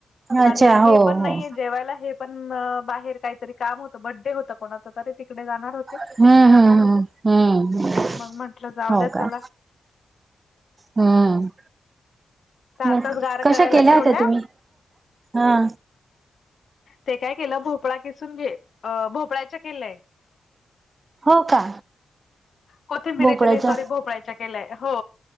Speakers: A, on the right (about 30°); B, on the left (about 55°).
A: अच्छा
B: आणि हे
A: हो
B: पण नाहीे
A: हो
B: जेवायला हे पण बाहेर काहीतरी काम होतं बड्डे होतं कोणाचं तरी तिकडे जाणार होते.
A: हम्म हम्म हम्म हम्म हम्म
B: मग म्हंटलं जाऊ
A: हो
B: द्या
A: का
B: चला
A: हम्म
B: तर आताच
A: मग
B: गार
A: कशा
B: करायला
A: केल्या
B: ठेवल्या
A: होत्या तुम्ही हा
B: ते काय केलं भोपळा किसूने भोपळाच्या केल्याय
A: हो का
B: कोथिंबिरीच्या
A: भोपळ्याच्या
B: नाही सॉरी भोपळाच्या केलंय हो